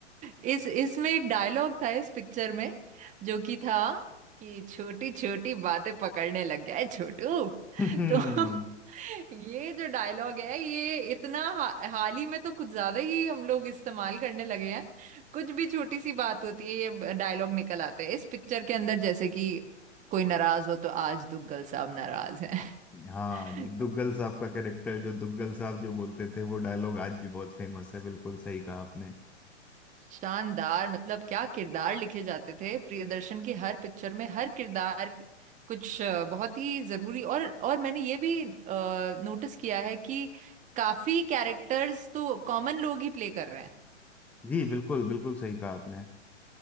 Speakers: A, on the right; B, in the centre.
A: इस इसमें एक डायलॉग था इस पिक्चर में जो कि था कि छोटी छोटी बातें पकड़ने लग गया है छोटू
B: <laughs> हम्म
A: तो <laughs> ये जो डायलॉग है ये इतना हा, हाल ही में तो कुछ ज्यादा ही हम लोग इस्तेमाल करने लगे हैं कुछ भी छोटी सी बात होती है ये डायलॉग निकल आते हैं इस पिक्चर के अंदर जैसे कि कोई नाराज हो तो आज दुग्गल साहब नाराज हैं
B: हाँ जी
A: <laughs>
B: दुग्गल साहब का कैरेक्टर जो दुग्गल साहब जो बोलते थे वो डायलॉग आज भी बहुत फेमस है बिल्कुल सही कहा आपने
A: शानदार मतलब क्या किरदार लिखे जाते थे प्रियदर्शन की हर पिक्चर में हर किरदार कुछ अ, बहुत ही जरूरी और और मैंने ये भी नोटिस किया है कि काफी कैरेक्टर्स तो कॉमन लोग ही प्ले कर रहे हैं
B: जी बिल्कुल बिल्कुल सही कहा आपने